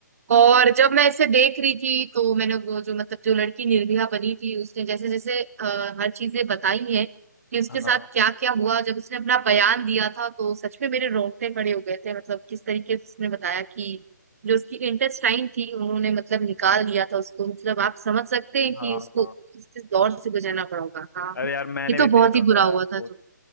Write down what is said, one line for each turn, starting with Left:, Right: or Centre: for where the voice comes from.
Right: और जब मैं इसे देख रही थी तो मैंने वो जो मतलब जो लड़की निर्भया बनी थी उसने जैसे जैसे अ, हर चीजें बताई हैं कि उसके
Left: हाँ
Right: साथ क्या क्या हुआ जब उसने अपना बयान दिया था तो सच में मेरे रोंगटे खड़े हो गए थे मतलब किस तरीके से उसने बताया कि जो उसकी इंटेस्टाइन थी उन्होंने मतलब निकाल दिया था उसको मतलब आप समझ सकते हैं कि
Left: हाँ
Right: उसको
Left: हाँ
Right: किस किस दौर से गुजरना पड़ा होगा हाँ
Left: अरे यार मैंने
Right: ये तो
Left: भी देखा
Right: बहुत ही
Left: था
Right: बुरा
Left: यार
Right: हुआ
Left: बहुत
Right: था तो